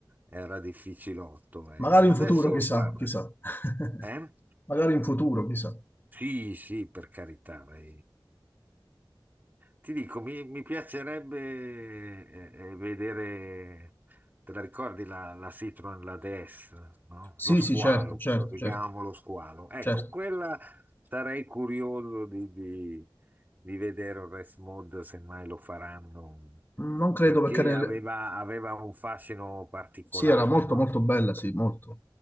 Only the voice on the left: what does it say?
Magari
in futuro, chissà,
chissà. <laughs>
Magari in futuro, chissà.
Sì,
sì, certo, certo,
certo,
certo.
Non credo
perché... ne-
Sì, era molto,
molto bella, sì, molto.